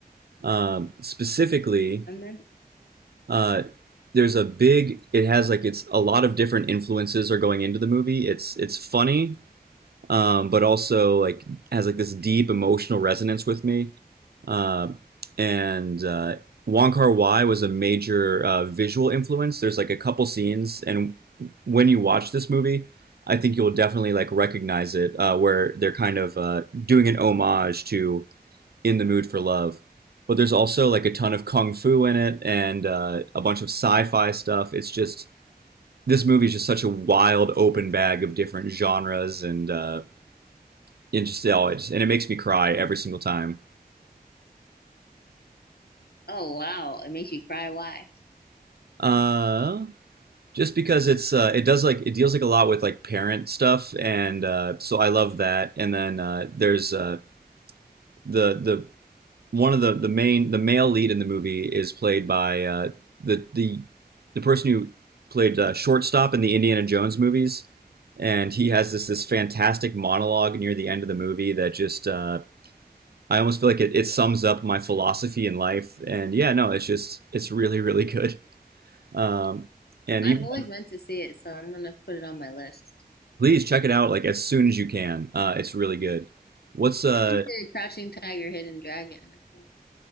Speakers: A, on the right; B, on the left.
A: Um, specifically,
B: I'm meant
A: uh, there's a big. It has like it's a lot of different influences are going into the movie. It's it's funny, um, but also like has like this deep emotional resonance with me Uh, and uh, Wong Kar Wai was a major uh, visual influence. There's like a couple scenes, and when you watch this movie, I think you'll definitely like recognize it, uh, where they're kind of uh, doing an homage to "In the Mood for Love." But there's also like a ton of kung fu in it and uh, a bunch of sci-fi stuff. It's just this movie is just such a wild open bag of different genres and uh, it just, oh, it just- and it makes me cry every single time.
B: Oh wow, it makes you cry. Why?
A: Uh, just because it's uh, it does like it deals like a lot with like parent stuff and uh, so i love that and then uh, there's uh, the the one of the the main the male lead in the movie is played by uh, the the the person who played uh, shortstop in the indiana jones movies and he has this this fantastic monologue near the end of the movie that just uh, i almost feel like it, it sums up my philosophy in life and yeah no it's just it's really really good um, and
B: I've
A: even
B: always meant to see it, so I'm gonna put it on my list.
A: Please check it out like as soon as you can. Uh, it's really good. What's uh?
B: He did Crouching Tiger, Hidden Dragon. I think.